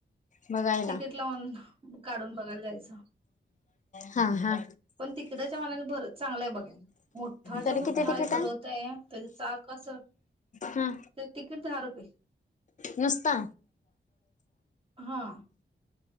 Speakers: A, on the left; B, on the right.
A: बघायला
B: तिकीट लावून काढून बघायला जायचं
A: हा हा
B: पण तिकडच्या मनाने भर चांगलाय बघायला मोठाच्या
A: तरी
B: मोठा
A: किती तिकीट
B: करत आहे त्याचा चा कस
A: हा
B: ते तिकीट दहा रुपये
A: नुसता
B: हा